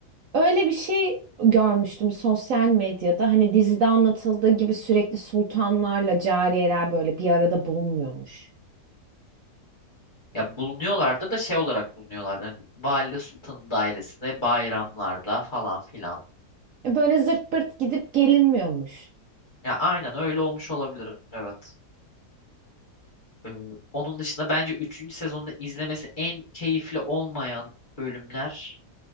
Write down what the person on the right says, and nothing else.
Öyle bir şey görmüştüm sosyal medyada. Hani dizide anlatıldığı gibi sürekli sultanlarla cariyeler böyle bir arada bulunmuyormuş.
E Böyle zırt pırt gidip gelinmiyormuş.